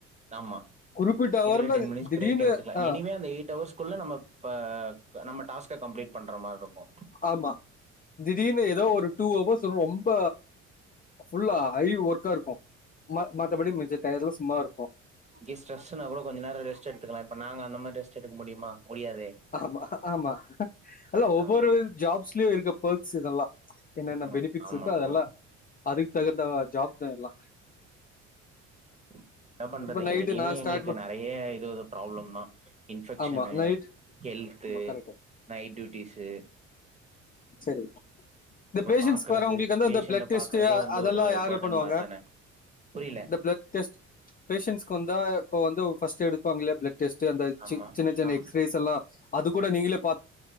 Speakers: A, on the right (about 20°); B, on the left (about 25°).
A: ஆமா
B: குறிப்பிட்ட அவர்ல
A: இதுல டென் மினிட்ஸ்
B: திடீர்னு
A: பிரேக் எடுத்துக்லா
B: ஆ
A: எனிவே அந்த எய்ட் அவர்ஸ்க்குல்ல நம்ம ப்ப நம்ம டாஸ்க்க கம்ப்ளீட் பண்ற மார்ருக்கு
B: ஆமா திடீர்னு ஏதோ ஒரு டூ அவர்ஸ் து ரொம்ப ஃபுல்லா ஐ ஒர்க்கா இருக்கு மத் மத்தப்படி மிச்ச டயர்லா சும்மா இருக்கு
A: இங்கெ ஸ்ட்ரெஸ்ஸுனா கூட கொஞ்ச நேரொ ரெஸ்ட் எடுத்துக்கலா இப்ப நாங்க அந்த மாரி ரெஸ்ட் எடுக்க முடியுமா முடியாதே
B: ஆமா ஆமா அல்ல ஒவ்வொரு
A: ஆமா
B: ஜாப்ஸ்லயு இருக்க பல்ஸ் இதெல்லா என்னென்னா
A: ம்
B: பெனிஃபிட்ஸ்
A: ஆமா
B: இருக்கோ அதெல்லா
A: ப்ரோ
B: அதுக் தகுந்த ஜாப் தா எல்லா
A: என்ன பண்றது
B: இப்ப நைட்டு
A: எனிவே
B: நா ஸ்டார்ட்
A: எங்களுக்கு
B: ப
A: நறைய இதுவு ப்ராப்ளம் தா இன்ஃபெக்ஷனு
B: ஆமா நைட்
A: ஹெல் த்து
B: ஆமா கரெக்ட்
A: நைட் ட்யூட்டீஸு
B: சரி இந்த பேஷன்ண்ட்ஸ்க்கு
A: பாக்குறது
B: வரவங்களுக்கு அந்த
A: பேஷண்ட
B: ப்ளட் டெஸ்ட்டு
A: பாக்குறதே
B: அ
A: வந்து
B: அதெல்லா
A: ஒரு
B: யாரு
A: பேர்டன்
B: பண்ணுவாங்க
A: மாரி தான புரியல
B: இந்த ப்ளட் டெஸ் பேஷன்ஸ்க்கு வந்தா இப்போ வந்து ஃபஸ்ட்டு எடுப்பாங்கல்லையா ப்ள டெஸ்ட்டு அந்த
A: ஆமா
B: சி சின்னச் சின்ன
A: ஆம்
B: எக்ஸ்ரேஸ் எல்லா அதுக் கூட நீங்களே பா